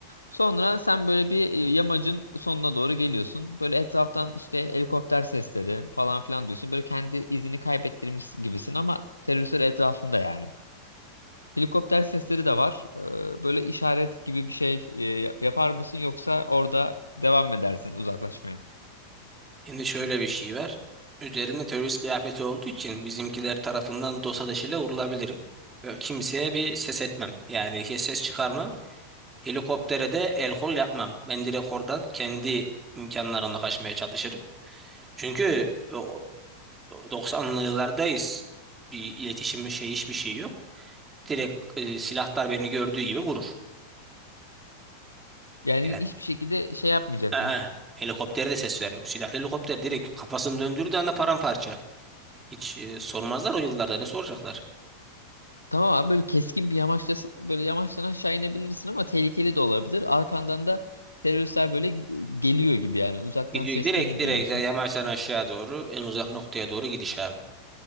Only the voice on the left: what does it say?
Sonra sen böyle bir e, yamacın sonuna doğru geliyorsun. Böyle etraftan işte helikopter sesleri falan filan diyorsun. Böyle kendi izini kaybettirmiş gibisin ama teröristler etrafında yani. Helikopter sesleri de var. Ee, Böyle işaret gibi bir şey e, yapar mısın yoksa orada devam mı edersin uzaklaşmaya?
Yani
hiçbir şekilde şey yapmayacaksın.
Tamam abi böyle keskin bir yamaçtasın. Böyle yamaçtan aşağı inebilirsin ama tehlikeli de olabilir. Arkandan da teröristler böyle e, geliyor gibi yani uzaktan
seslerini
duyuyorsun.